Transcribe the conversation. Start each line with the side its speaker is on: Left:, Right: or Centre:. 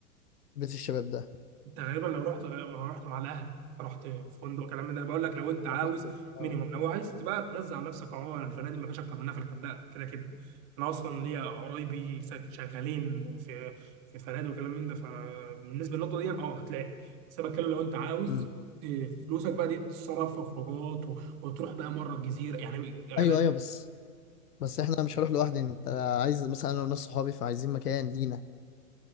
Left: بيت الشباب ده
Right: انت غالبا لو رحت لو رحت مع الاهل فرحت في فندق كلام من ده انا بقول لك لو انت
Left: احنا
Right: عاوز
Left: في مصر اه
Right: مينيمم لو عايز تبقى تنزل على نفسك اه الفنادق ما فيش اكتر منها في الغردقه كده كده انا اصلا ليا قرايبي ساك- شغالين في في فنادق وكلام من ده فبالنسبه للنقطه دي اه هتلاقي بس انا بتكلم لو انت عاوز
Left: امم
Right: ت- فلوسك بقى دي تتصرف في خروجات و- وتروح بقى مره الجزيره يعني الغردقه
Left: ايوه ايوه بس بس احنا مش هروح لوحدي انت عايز مثلا انا وناس صحابي فعايزين مكان لينا